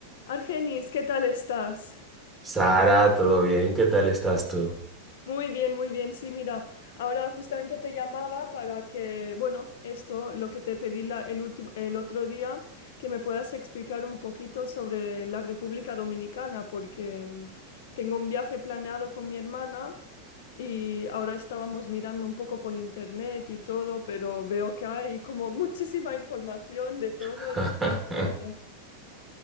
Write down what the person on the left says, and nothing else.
Argenis, ¿qué tal estás?
Muy bien, muy bien. Sí, mira, ahora justamente te llamaba para que, bueno, esto, lo que te pedí la- el último, el otro día, que me puedas explicar un poquito sobre la República Dominicana, porque mm, tengo un viaje planeado con mi hermana y ahora estábamos mirando un poco por internet y todo, pero veo que hay como <laughs> muchísima información de todo
y pienso.